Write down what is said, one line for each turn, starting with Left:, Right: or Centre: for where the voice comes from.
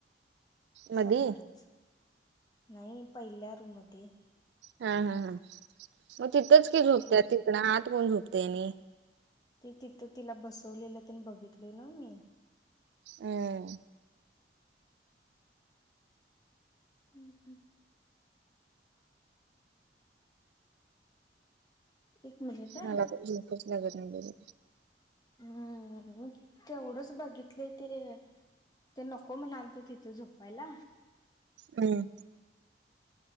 Right: मधी
Left: समोरच नाही पहिल्या रूमध्ये.
Right: हा हा हा मग तिथंच की झोपत्या तिकडं आत कोण झोपतनी.
Left: ते तिथं तिला बसवलेलं तेन बघितल ना मी.
Right: अं!
Left: हू हू! एक मिनिट
Right: मांला तर झोपच लागत नाहीे
Left: हूं मग तेवढंच बघितलंय तिने. ते नको म्हणालते तिथं झोपायला.
Right: हूं!